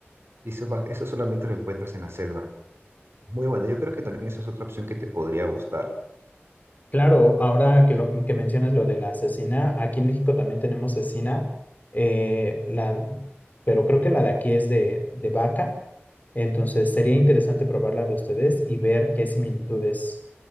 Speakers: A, on the right; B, on the left.
A: Y Eso, va- eso solamente lo encuentras en la selva. Muy bueno, yo creo que también esa es otra opción que te podría gustar.
B: Claro, ahora que, lo, que mencionas lo de la cecina, aquí en México también tenemos cecina, eh, la, pero creo que la de aquí es de, de vaca, entonces sería interesante probar la de ustedes y ver qué similitudes